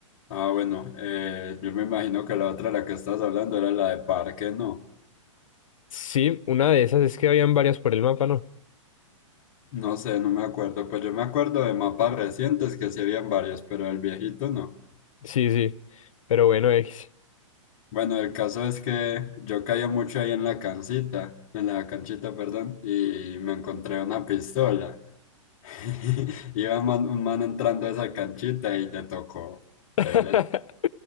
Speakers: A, on the left; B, on the left.
A: Ah, bueno, eh, yo me imagino que la otra, la que estás hablando, era la de parque, ¿no?
B: Sí, una de esas es que habían varias por el mapa, ¿no?
A: No sé, no me acuerdo. Pues yo me acuerdo de mapas recientes que sí habían varios, pero el viejito no.
B: Sí, sí. Pero bueno, X.
A: Bueno, el caso es que yo caía mucho ahí en la cancita, en la canchita, perdón, y me encontré una pistola. <laughs> Iba man- un man entrando a esa canchita y le tocó.
B: <laughs>
A: Ahí le-